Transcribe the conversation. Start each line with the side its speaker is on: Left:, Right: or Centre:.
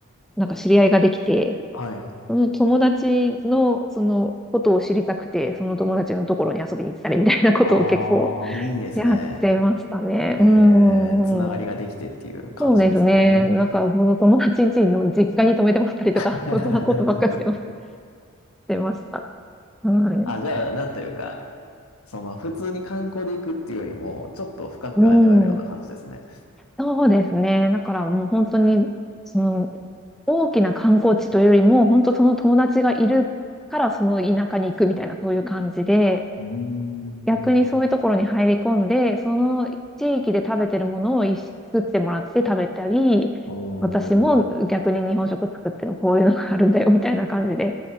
Centre: なんか知り合いができて、
Left: はい。
Centre: その友達のそのことを知りたくて、その友達のところに遊びに行ったりみたいなことを結構
Left: ああ、いいですね。
Centre: <laughs> やってましたね。
Left: ええ、
Centre: うーん。
Left: つながりができてっていう感じですね。
Centre: そうですね。なんか、その友達ん家の実家に泊めてもらったりとか、
Left: <laughs>
Centre: そんなことばっかりしてました。はい。
Left: あ、じゃあ、なんというか、その、普通に観光で行くっていうよりも、ちょっと深く味わえるような感じですね。
Centre: うん。そうですね。だからもう本当に、その大きな観光地というよりも、本当その友達がいるからその田舎に行くみたいな、そういう感じで、
Left: うーん。
Centre: 逆にそういうところに入り込んで、その地域で食べてるものを一緒に作ってもらって食べたり、
Left: お
Centre: 私も逆に日本食作ってるこういうのがあるんだよみたいな感じで、
Left: ー。